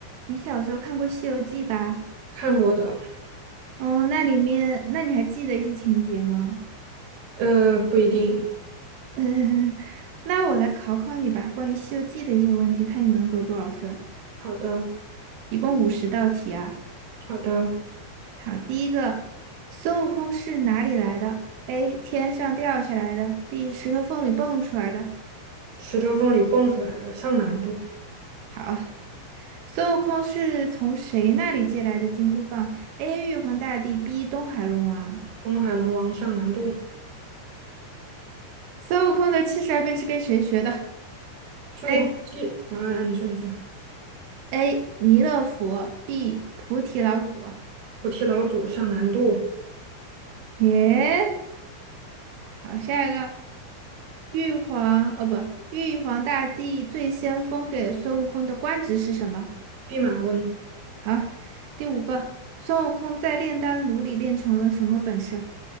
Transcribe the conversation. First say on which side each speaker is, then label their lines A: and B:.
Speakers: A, on the right; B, on the right.
A: 你小时候看过《西游记》吧？
B: 看过的，
A: 哦，那里面，那你还记得一些情节吗？
B: 呃，不一定。
A: <laughs> 那我来考考你吧，关于《西游记》的一些问题，看你能得多少分。
B: 好的，
A: 一共五十道题啊。
B: 好的。
A: 好，第一个，孙悟空是哪里来的？A. 天上掉下来的；B. 石头缝里蹦出来的。
B: 石头缝里蹦出来的，上难度。
A: 好，孙悟空是从谁那里借来的金箍棒？A. 玉皇大帝，B. 东海龙王。
B: 东海龙王上难度。
A: 孙悟空的七十二变是跟谁学的
B: 孙悟空替啊啊，
A: ？A.
B: 你说你说。
A: A. 弥勒佛，B. 菩提老祖啊。
B: 菩提老祖上难度。
A: 耶，好，下一个，玉皇，哦不，玉皇大帝最先封给孙悟空的官职是什么？
B: 弼马温，
A: 好，第五个，孙悟空在炼丹炉里练成了什么本事？